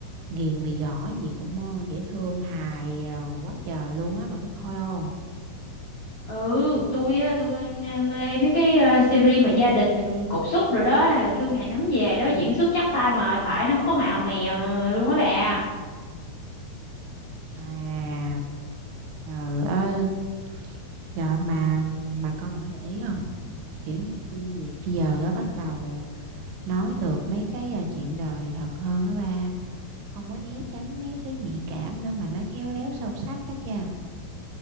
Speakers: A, on the right; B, on the left.
A: Ghiền mì gõ gì cũng ờ, dễ thương hài ờ, quá trời luôn á bà có coi không
B: ừ tôi á tôi ờ, nghe- mê mấy cái ờ, series mà gia đình cục súc rồi đó hay là thương ngày nắng về đó diễn xuất chắc tay mà tại nó không có màu mè mà luôn á bà
A: à trời ơi trời mà bà coi bà có để ý không kiểu như phim Việt bây giờ á bắt đầu nói được mấy cái ờ, chuyện đời thật hơn á ba không có né tránh mấy thứ nhạy cảm nữa mà nói khéo léo sâu sắc á cha